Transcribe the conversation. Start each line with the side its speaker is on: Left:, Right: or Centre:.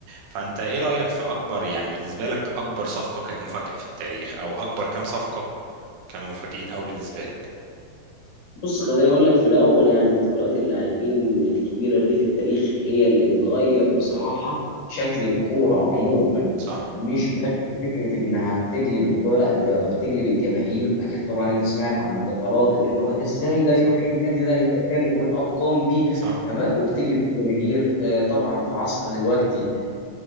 Right: فانت ايه رايك في اكبر يعني بالنسبه لك اكبر صفقه كانت مفاجاه في التاريخ او اكبر كام صفقه كانوا مفاجئين قوي بالنسبه لك
Left: بص خليني اقول لك في الاول يعني انتقالات اللاعبين الكبيره دي في التاريخ هي اللي بتغير بصراحه شكل الكوره عموما
Right: صح
Left: مش بس فكره انها بتقلب الكوره لا ده بتقلب الجماهير اكيد طبعا انت سمعت عن انتقالات اللي هو ده ازاي ده
Right: صح
Left: يروح النادي ده انت فاهم وبالارقام دي
Right: صح
Left: فما- وبتقلب الجماهير آه، طبعا في عصرنا دلوقتي